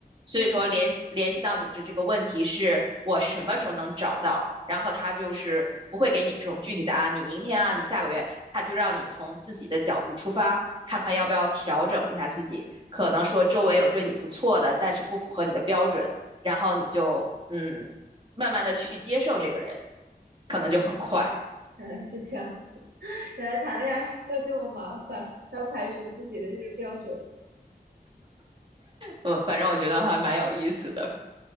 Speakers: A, on the right (about 30°); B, on the right (about 80°).
A: 所以说联联系到你的这个问题是我什么时候能找到，
B: 嗯，
A: 然后他就是不会给你这种具体答案，你明天啊，你下个月，他就让你从自己的角度出发，看看要不要调整一下自己。可能说周围有对你不错的，但是不符合你的标准。然后你就嗯，慢慢的去接受这个人，可能就很快。
B: 嗯原来是这样，<laughs> 原来谈恋爱要这么麻烦，要排除自己的这个标准。
A: 嗯，反正我觉得还蛮有意思的。